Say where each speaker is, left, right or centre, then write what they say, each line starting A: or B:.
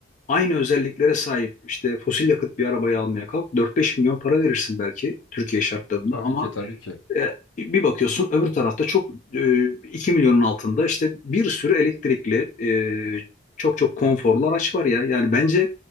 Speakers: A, on the left; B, on the left.
A: aynı özelliklere sahip işte fosil yakıt bir arabayı almaya kalk 4-5 milyon para verirsin belki Türkiye şartlarında
B: tabii
A: ama
B: ki tabii ki
A: e, bir bakıyorsun öbür tarafta çok e, 2 milyonun altında işte bir sürü elektrikli e, çok çok konforlu araç var ya. Yani bence